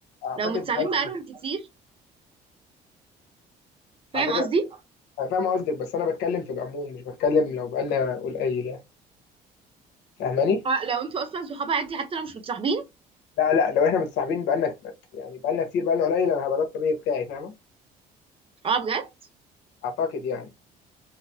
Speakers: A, on the left; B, on the right.
A: اعتقد
B: لو متصاحبين
A: بقى-
B: بقالهم كتير فاهم
A: اعتقد
B: قصدي
A: انا فاهم قصدك بس انا بتكلم في العموم مش بتكلم لو بقالنا قليل يعني فاهماني
B: اه لو انتوا اصلا صحاب عادي حتى لو مش متصاحبين
A: لا لا لو احنا متصاحبين بقالنا كت- يعني بقالنا كتير بقالنا قليل انا هبقى ده الطبيعي بتاعي فاهمه
B: اه بجد
A: اعتقد يعني